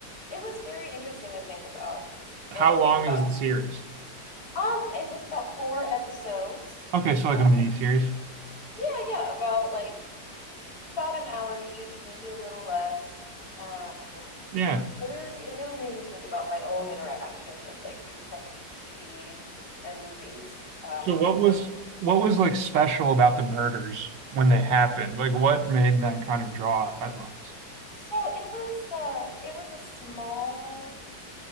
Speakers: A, on the left (about 60°); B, on the right (about 80°).
A: it was very interesting to think about
B: How
A: and to
B: long
A: think about.
B: is the series?
A: Um, it was about four episodes.
B: Okay, so like
A: Um,
B: a mini series.
A: yeah, yeah, about like about an hour each, maybe a little less. Um,
B: Yeah.
A: it really it really made me think about my own interaction with like true crime TV and movies. Um,
B: So what was
A: and
B: what was like special about the murders when they happened? Like what made them kind of draw headlines?
A: so it was uh, it was a small